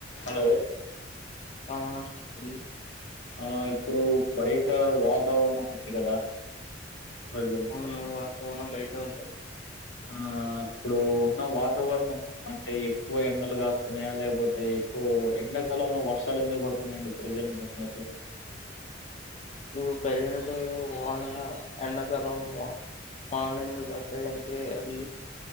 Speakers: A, on the left (about 75°); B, on the left (about 35°).
A: Hello
B: ఆ అలీ
A: ఆ ఇప్పుడు బయట వాతావరణం ఉంది కదా ప్రజెంట్
B: అవును పోడం బయట ఉంటది
A: ఆ ఇప్పుడు ఉన్న వాతావరణం అంటే ఎక్కువ ఎండలు కాస్తున్నాయా లేకపోతే ఎక్కువ ఎండాకాలంలో వర్షాలు ఎందుకు పడుతున్నాయండి ప్రజెంట్ ముందు అసలు
B: ఇప్పుడు ప్రజ వాళ ఎండతనం వాళ్ళందు పతాయంటే అది